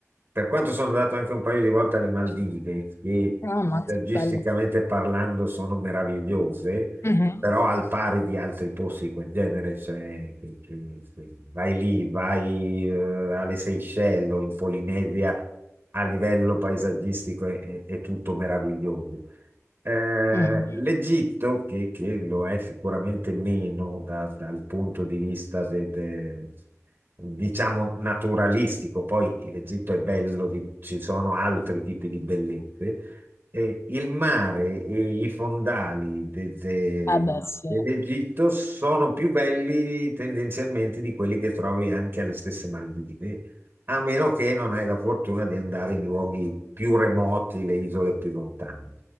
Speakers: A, on the right (about 45°); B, on the left (about 55°).
A: per quanto sono andato anche un paio di volte alle Maldive, che
B: Ah, ammazza,
A: paesaggisticamente
B: bello.
A: parlando sono meravigliose,
B: Mhm,
A: però al pari di altri posti di quel genere, cioè che- che- che- vai lì, vai eh, alle Seychelles o in Polinesia, a livello paesaggistico è è- è tutto meraviglioso. Eh,
B: mhm.
A: l'Egitto, che, che lo è sicuramente meno da- dal punto di vista de- de- diciamo naturalistico, poi l'Egitto è bello, di- ci sono altri tipi di bellezze, eh, il mare e i fondali de- de-
B: Eh beh, sì,
A: dell'Egitto sono più belli tendenzialmente di quelli che trovi anche alle stesse Maldive, a meno che non hai la fortuna di andare in luoghi più remoti, le isole più lontane.